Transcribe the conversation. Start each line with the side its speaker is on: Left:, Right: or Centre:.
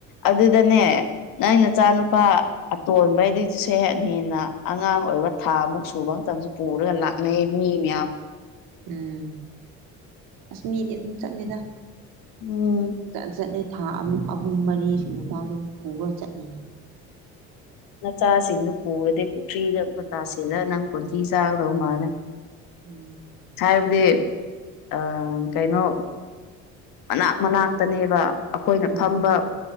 Left: ꯑꯗꯨꯗꯅꯦ ꯅꯪ ꯅꯆꯥꯅꯨꯄꯥ
Right: ꯎꯝ
Left: ꯑꯇꯣꯟꯕꯩꯗꯤ ꯁꯦꯠ ꯍꯦꯟꯅ ꯑꯉꯥꯡ ꯑꯣꯏꯕ ꯊꯥꯃꯨꯛ ꯁꯨꯕ ꯃꯇꯝꯁꯨ ꯄꯨꯔꯒ ꯂꯥꯛꯅꯩ ꯃꯤ ꯃꯌꯥꯝ
Right: ꯎꯝ ꯑꯁ ꯃꯤꯗꯤ ꯑꯗꯨꯝ ꯆꯠꯂꯤꯗ
Left: ꯎꯝ
Right: ꯆꯠ ꯆꯠꯂꯤ ꯊꯥ ꯑꯍꯨꯝ ꯃꯔꯤ ꯁꯨꯕ ꯐꯥꯎ ꯑꯗꯨꯝ ꯄꯨꯔꯒ ꯆꯠꯂꯤ
Left: ꯅꯆꯥꯁꯤꯡꯗꯨ ꯄꯨꯔꯗꯤ ꯄꯨꯈ꯭ꯔꯤꯗ ꯑꯃꯨ ꯇꯥꯁꯤꯜꯂ ꯅꯪ ꯀꯣꯟꯊꯤ ꯆꯥꯒꯗꯧ ꯃꯥꯜꯂꯦ
Right: ꯎꯝ
Left: ꯍꯥꯏꯕꯗꯤ ꯑ ꯀꯩꯅꯣ ꯃꯅꯥꯛ ꯃꯅꯥ ꯇꯅꯦꯕ ꯑꯩꯈꯣꯏꯅ
Right: ꯍꯣꯏ
Left: ꯐꯝꯕ
Right: ꯍꯣꯏ